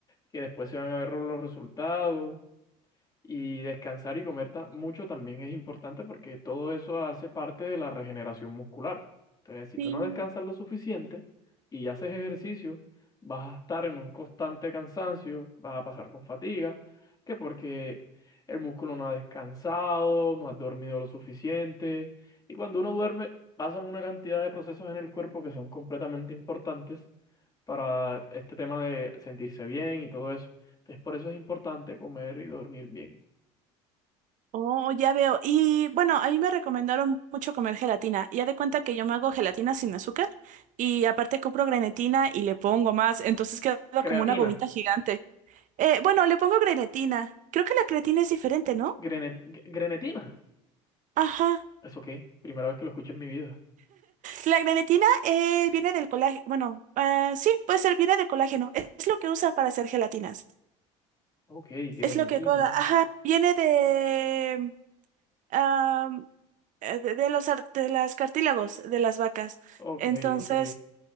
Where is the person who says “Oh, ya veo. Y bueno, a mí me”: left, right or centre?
Right